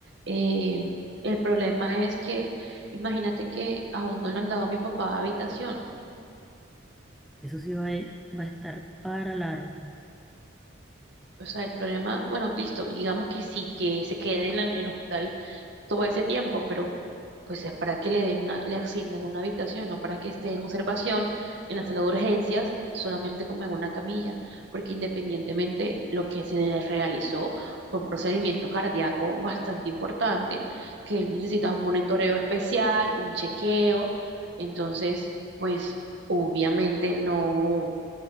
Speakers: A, on the right; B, in the centre.
A: eh, el problema es que, imagínate que aún no le han dado a mi papá habitación.
B: eso sí va a, va a estar para largo,
A: O sea, el problema, bueno, listo, digamos que sí, que se quede en la- en el hospital todo ese tiempo, pero pues es para que le den una, le asignen una habitación, no para que esté en observación en la sala de urgencias, solamente como en una camilla, porque independientemente lo que se le realizó fue un procedimiento cardíaco bastante importante, que él necesita un monitoreo especial, un chequeo, entonces, pues obviamente no,